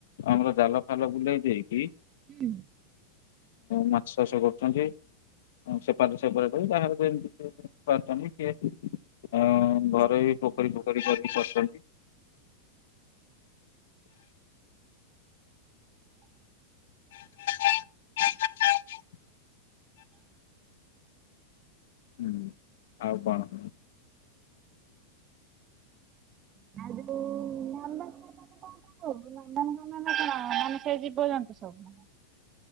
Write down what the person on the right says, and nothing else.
ହୁଁ।
<unintelligible> ନନ୍ଦନକାନନ ମାନେ କଣ ସେଇ ଜୀବ ଜନ୍ତୁ। ହବ।